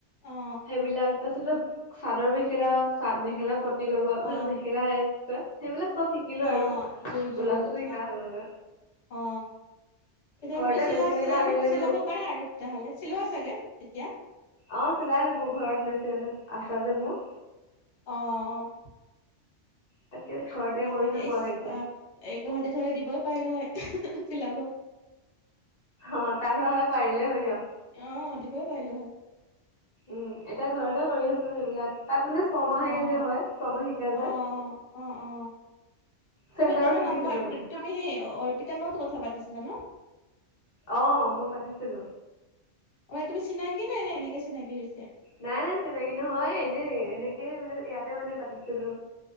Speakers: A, on the left; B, on the left.
A: অ
B: সেইবিলাক তাৰপিছতে চাদৰ মেখেলা চা মেখেলা পতি লগোৱা
A: অ
B: মানে মেখেলা কি কয় সেইবিলাক চব শিকিলো আৰু
A: অ জুল জুল
B: ব্লাউজটো
A: গথা
B: শিকা হ'ল মানে
A: অ তেতিয়াহ'লে
B: ঘৰতে
A: তুমি চিলা
B: মেচিন
A: চিলাব
B: এটা আনি লৈছো
A: চিলাব পাৰা আৰু তেতিয়াহ'লে চিলোৱা চাগে এতিয়া
B: অ চিলাই থাকো ঘৰত মেচিন এনিছ আছে যে মোৰ
A: অহ
B: তাকে ঘৰতে
A: ভালে
B: কৰি
A: দিয়া
B: থাকো
A: ইচ
B: আৰু এতিয়া
A: আহ গুৱাহাটীত হলে দিবই পাৰিলো হয় চিলাব
B: অ তাত হোৱা হলে পাৰিলে হয় দিয়ক
A: অ দিবই পাৰিলো হয়
B: উম এতিয়া ঘৰতে কৰি আছো এইবিলাক তাত মানে ছয়মাহে
A: অ
B: যে হয় ছমা শিকাই
A: অ
B: যে
A: অ অ
B: চেণ্টাৰত
A: তুমি তোমাৰ
B: শিকিছিলো
A: নাম্বাৰ
B: মানে
A: তুমি সেই অৰ্পিতাৰ লগতো কথা পাতিছিলা ন
B: অ মই পাতিছিলো
A: অ তুমি চিনাকি নাই নে এনেকে চিনাকি হৈছা
B: নাই নাই চিনাকি নহয় এনেই এনেকে মানে ইয়াতে মানে পাতিছিলো